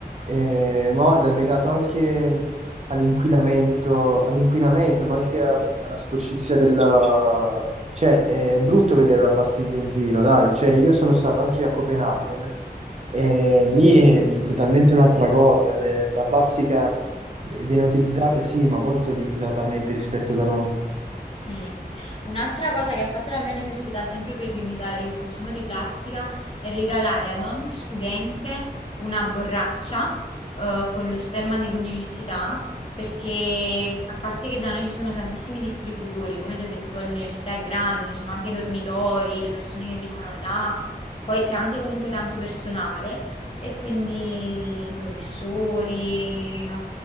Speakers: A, on the right; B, on the left.
A: Eh, ma guarda, è legato anche all'inquinamento, all'inquinamento, ma anche a- alla sporcizia della... Cioè, è brutto vedere la plastica in giro, dai. Cioè, io sono stato anche a Copenaghen e lì è totalmente un'altra cosa. Le- la plastica viene utilizzata, sì, ma molto limitatamente rispetto da noi.
B: mm. Un'altra cosa che ha fatto la mia università, sempre per limitare il consumo di plastica, è regalare ad ogni studente una borraccia, eh, con lo stemma dell'università, perché a parte che da noi ci sono tantissimi distributori, come ti ho detto, poi l'università è grande, ci sono anche i dormitori, le persone che vivono là, poi c'è anche comunque tanto personale. E quindi i professori, eh,